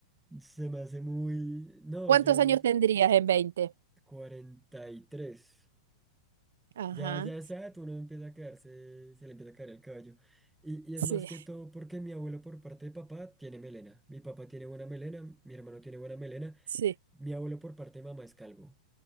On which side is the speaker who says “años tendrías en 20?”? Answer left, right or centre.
Right